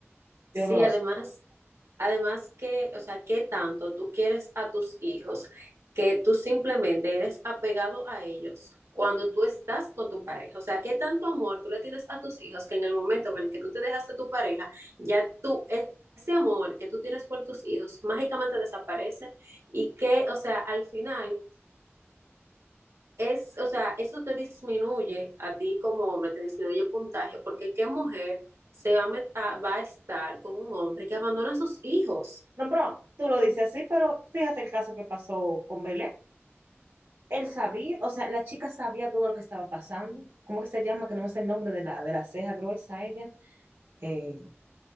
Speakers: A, on the right; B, on the right.
A: sí,
B: Yo lo veo
A: además,
B: así.
A: además que, o sea, ¿qué tanto tú quieres a tus hijos que tú simplemente eres apegado a ellos cuando tú estás con tu pareja? O sea, ¿qué tanto amor tú le tienes a tus hijos que en el momento en el que tú te dejas de tu pareja, ya tú, es- ese amor que tú tienes por tus hijos mágicamente desaparece y que, o sea, al final... es, o sea, eso te disminuye a ti como hombre, te disminuye el puntaje, porque qué mujer se va a, met- a- va a estar con un hombre que abandona a sus hijos.
B: No, pero tú lo dices así, pero fíjate el caso que pasó con Belén. Él sabía, o sea, la chica sabía todo lo que estaba pasando. ¿Cómo que se llama? Que no me sé el nombre de la, de la ceja gruesa ella, eh,